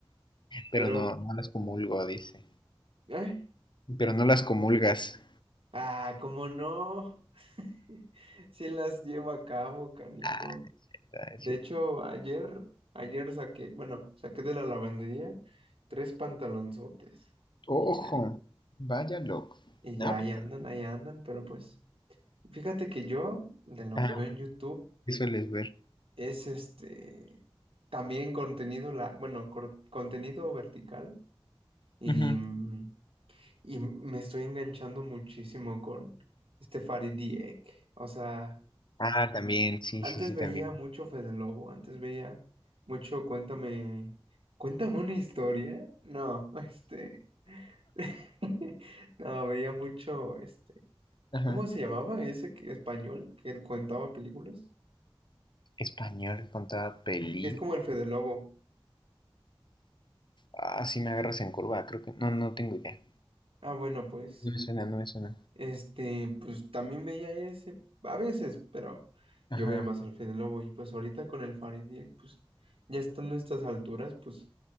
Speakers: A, on the right; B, on the left.
A: Pero,
B: Pero no, no las comulgo, dice.
A: ¿eh?
B: Pero no las comulgas.
A: Ah, ¿cómo no? <laughs> Si las llevo a cabo, canijo.
B: Ah, está,
A: De
B: es cierto.
A: hecho, ayer, ayer saqué, bueno, saqué de la lavandería tres pantalonzotes. Y
B: Ojo,
A: ya,
B: vaya loco.
A: y
B: No,
A: ya ahí andan,
B: pues,
A: ahí andan, pero pues, fíjate que yo, de lo
B: ah,
A: que veo en YouTube,
B: ¿qué sueles ver?
A: es este, también contenido, la, bueno, cor- contenido vertical. Y,
B: Ujú.
A: mm, y me estoy enganchando muchísimo con este Farid Dieck. O sea,
B: Ah, también, sí,
A: Antes
B: sí, sí,
A: veía
B: también.
A: mucho Fede Lobo, antes veía mucho Cuéntame, cuéntame una historia. No, este, <laughs> no, veía mucho, este,
B: Ajá.
A: ¿cómo se llamaba ese que- español que contaba películas?
B: Español con toda película.
A: Que es como el Fede Lobo.
B: Ah, sí me agarras en curva, creo que. No, no tengo idea.
A: Ah, bueno, pues,
B: No me suena, no me suena.
A: este, pues también veía ese, a veces, pero
B: Ajá,
A: yo veía más al Fede Lobo y pues ahorita con el Farid Dieck, pues ya estando a estas alturas, pues